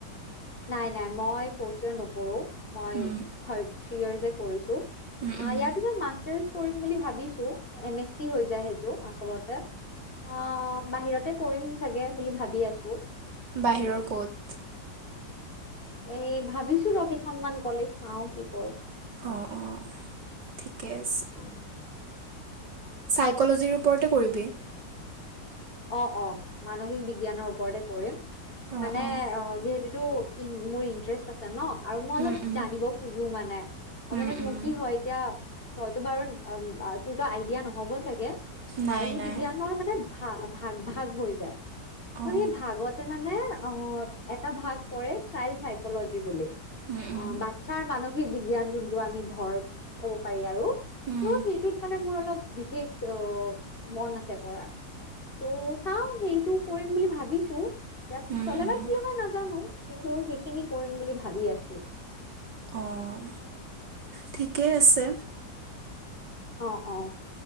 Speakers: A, on the left (about 30°); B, on the right (about 75°).
A: নাই নাই মই ফৰ্থ ইয়েৰ নকৰো, মই
B: উম
A: থাৰ্ড থ্ৰী ইয়াৰ্চে কৰিছো।
B: উম
A: আ,
B: উম
A: ইয়াৰ পিছত মাষ্টাৰ্ছ কৰিম বুলি ভাবিছো, এম এছ ছি হৈ যায় হেই টু আচলতে অ, বাহিৰতে কৰিম চাগে বুলি ভাবি আছো।
B: বাহিৰৰ ক'ত?
A: এ, ভাবিছোঁ ৰ কেইখনমান কলেজ চাওঁ কি কৰো।
B: অ' অ' ঠিকে আছে
A: অ।
B: চাইকল'জিৰ ওপৰতে কৰিবি?
A: অ', অ', মানসিক বিজ্ঞানৰ ওপৰতে কৰিম
B: অঁ
A: মানে
B: অঁ
A: অ, যিহেতু এইটো ইন-মোৰ ইন্টাৰেষ্ট আছে ন। আৰু মই অলপ
B: উম উম
A: জানিব খোজো মানে
B: উম
A: মানে মোৰ
B: উম
A: কি হয় এতিয়া আ, তইতো বাৰু তোৰতো আইডিয়া নহ'ব চাগে
B: নাই
A: মানসিক
B: নাই
A: বিজ্ঞানৰ মানে ভাৱ ভাগ ভাগ হৈ যায়, ত'
B: অঁ
A: সেই ভাগতে মানে এ, অ, এটা ভাগ পৰে চাইল্ড চাইকল'জি বুলি,
B: উম
A: অ,
B: উম
A: বাটচাৰ মানসি মানে হে বিজ্ঞান জোনটো আমি ধৰ ক'ব পাৰি আৰু
B: উম
A: ত', সেইটোত মানে মোৰ অলপ বিশেষ অহ, মন আছে কৰাৰ। ত' চাও সেইটো কৰিম বুলি ভাবিছো, এতিয়া পিছলে
B: উম উম
A: বা কি হয় নাজানো। কিন্তু সেইখিনি কৰিম বুলি ভাবি আছো।
B: অঁ ঠিকেই আছে।
A: অ, অ।